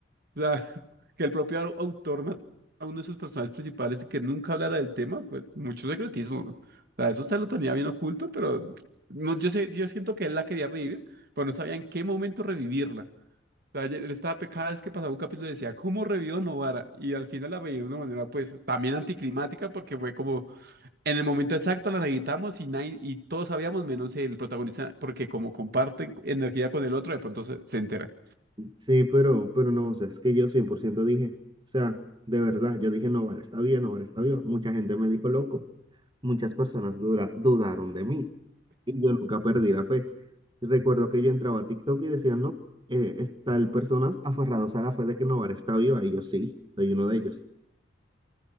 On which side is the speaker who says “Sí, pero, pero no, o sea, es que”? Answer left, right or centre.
Right